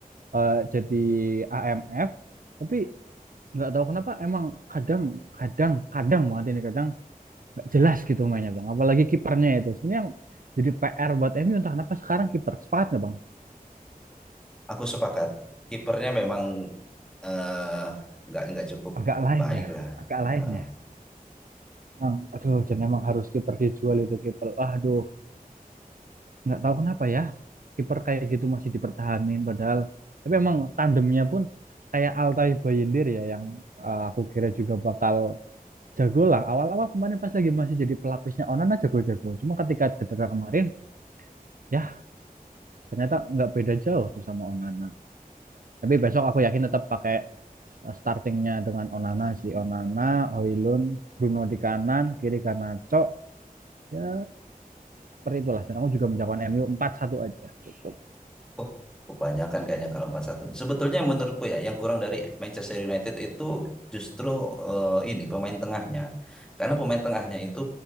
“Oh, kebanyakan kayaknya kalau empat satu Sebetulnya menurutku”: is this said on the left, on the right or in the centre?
Centre